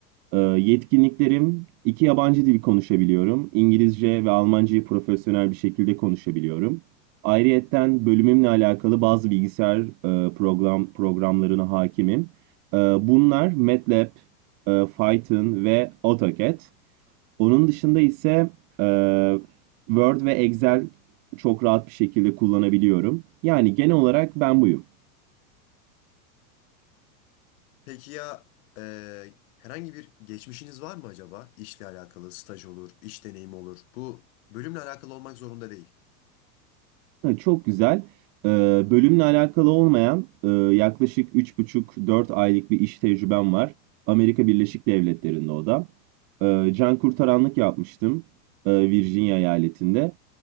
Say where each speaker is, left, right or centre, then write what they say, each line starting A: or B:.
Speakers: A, on the right (about 20°); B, on the left (about 55°).
A: Ee, Yetkinliklerim, iki yabancı dil konuşabiliyorum. İngilizce ve Almancayı profesyonel bir şekilde konuşabiliyorum. Ayrıyetten bölümümle alakalı bazı bilgisayar e, program programlarına hakimim. Ee, Bunlar MATLAB, e, Python ve AutoCAD. Onun dışında ise eee, Word ve Excel çok rahat bir şekilde kullanabiliyorum. Yani genel olarak ben buyum.
B: Peki ya e, herhangi bir geçmişiniz var mı acaba? İşle alakalı, staj olur, iş deneyimi olur. Bu bölümle alakalı olmak zorunda değil.
A: Ha, çok güzel. Eee, bölümle alakalı olmayan eee, yaklaşık üç buçuk dört aylık bir iş tecrübem var. Amerika Birleşik Devletleri'nde o da. Eee can kurtaranlık yapmıştım eee, Virginia eyaletinde.